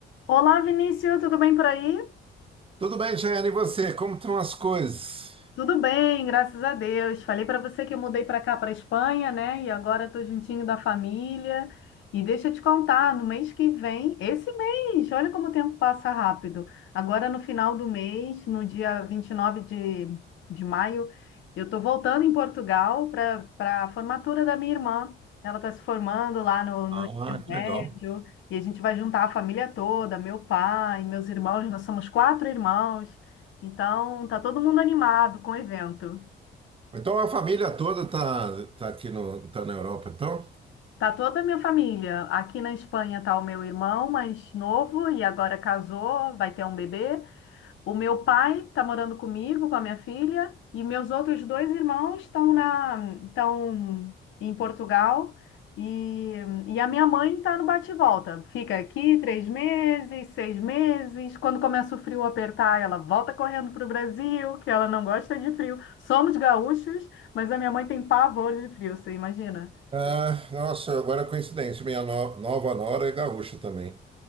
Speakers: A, on the left (about 75°); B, on the right (about 30°).
A: Olá, Vinícius, tudo bem por aí?
B: Tudo bem, Jane, e você? Como estão as coisas?
A: Tudo bem, graças a Deus. Falei para você que eu mudei para cá, para Espanha, né? E agora estou juntinho da família. E deixa eu te contar, no mês que vem, esse mês, olha como o tempo passa rápido. Agora no final do mês, no dia 29 de, de maio, eu estou voltando em Portugal para para a formatura da minha irmã. Ela está se formando lá no, no
B: Ah,
A: ensino médio
B: que legal.
A: e a gente vai juntar a família toda, meu pai, meus irmãos, nós somos quatro irmãos. Então, tá todo mundo animado com o evento.
B: Então, a família toda tá, tá aqui no, tá na Europa, então?
A: Tá toda a minha família. Aqui na Espanha tá o meu irmão mais novo e agora casou, vai ter um bebê. O meu pai está morando comigo, com a minha filha, e meus outros dois irmãos estão na, estão em Portugal. E, e a minha mãe está no bate-volta. Fica aqui três meses, seis meses. Quando começa o frio apertar, ela volta correndo para o Brasil, que ela não gosta de frio. Somos gaúchos, mas a minha mãe tem pavor de frio, você imagina?
B: Ah, nossa, agora é coincidência, minha no- nova nora é gaúcha também.